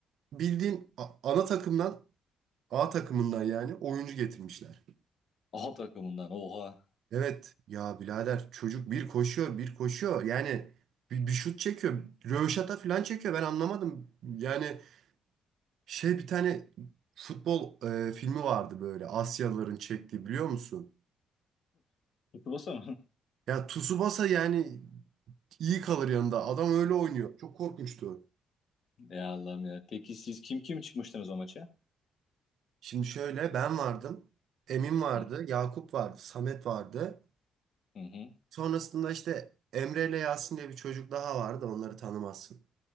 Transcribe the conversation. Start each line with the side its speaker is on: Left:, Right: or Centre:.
Right: bildiğin a- ana takımdan A takımından yani oyuncu getirmişler.
Left: A takımından oha.
Right: Evet ya birader çocuk bir koşuyor bir koşuyor. Yani bir, bir şut çekiyor. Röveşata falan çekiyor. Ben anlamadım. Yani şey bir tane futbol e, filmi vardı böyle Asyalıların çektiği biliyor musun?
Left: Tsubasa mı? <laughs>
Right: Ya Tsubasa yani iyi kalır yanında. Adam öyle oynuyor. Çok korkunçtu.
Left: Ya Allah'ım ya. Peki siz kim kim çıkmıştınız o maça?
Right: Şimdi şöyle ben vardım. Emin vardı.
Left: Hı
Right: Yakup vardı. Samet vardı.
Left: hı. hı.
Right: Sonrasında işte Emre ile Yasin diye bir çocuk daha vardı. Onları tanımazsın.